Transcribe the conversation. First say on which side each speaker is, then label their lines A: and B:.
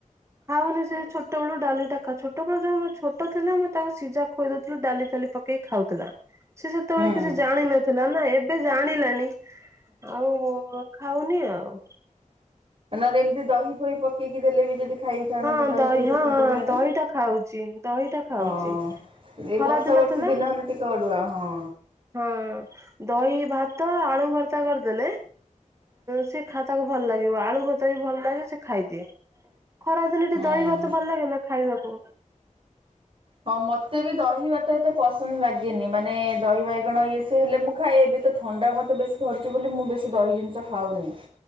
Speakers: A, on the right; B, on the right.
A: ଖାଉନି ସେଇ ଛୋଟବେଳୁ ଡାଲି ଟାକା ଛୋଟବେଳ ଯୋଉ ମୁ ଛୋଟ ଥିଲେ, ମୁଁ ତାକୁ ସିଝା ଖୋଇଦଉଥିଲୁ ଡାଲି ଫାଲି ପ କେ ଖାଉଥିଲା। ସେ ସେତେବେଳେ
B: ହୁଁ।
A: କିଛି ଜାଣିନଥିଲା ନା, ଏବେ ଜାଣିଲାଣି, ଆଉ ଖାଉନି ଆଉ।
B: ନହେଲେ ଏମିତି ଦହି ଫହି ପେଇକି ଦେଲେ ବି ଯଦି ଖାଇଥାନ୍ତା
A: ହଁ
B: କି ଦହି ଫହି ପକେଇ
A: ହଁ ହଁ
B: ଦଉନାହାନ୍ତି,
A: ଦହିଟା ଖାଉଛି ଦହିଟା ଖାଉଛି।
B: ହଁ। ଏ
A: ଖରା
B: ବର୍ଷା ବର୍ଷି
A: ଥିଲା
B: ଦିନ ହେଲେ ଟିକେ ଅଡୁଆ, ହଁ।
A: ହଁ, ଦହି ଭାତ, ଆଳୁ ଭର୍ତା କରିଦେଲେ। ସି ଖା ତାକୁ ଭଲ ଲାଗିବ, ଆଳୁ ଭଜା ବି ଭଲ ଲାଗେ ସେ ଖାଇଦିଏ। ଖରାଦିନ ଟିକେ
B: ହୁଁ।
A: ଦହି ଭାତ ଭଲ ଲାଗେ ନା ଖାଇବାକୁ?
B: ହଁ ମତେ ବି ଦହି ଭାତ ଏତେ ପସନ୍ଦ ଲାଗେନି, ମାନେ ଦହି ବାଇଗଣ ଇଏ ସେ ହେଲେ ମୁଁ ଖାଏ, ଏବେ ମୋତେ ଥଣ୍ଡା ମୋତେ ବେଶୀ ଧରିଛି ବୋଲି ମୁଁ ବେଶୀ ଦହି ଜିନିଷ ଖାଉନି।